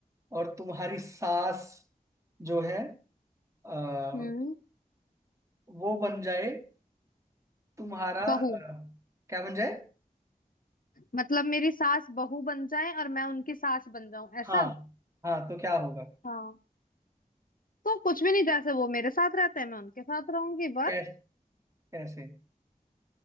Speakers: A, on the right (about 20°); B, on the left (about 70°).
A: और तुम्हारी सास जो है आ,
B: हम्म
A: वो बन जाए तुम्हारा
B: बहू
A: अ, क्या बन जाए
B: मतलब मेरी सास बहू बन जाए और मैं उनकी सास बन जाऊं ऐसा
A: हाँ हाँ तो क्या होगा
B: हाँ तो कुछ भी नहीं जैसे वो मेरे साथ रहते हैं मैं उनके साथ रहूंगी बस
A: कैसे कैसे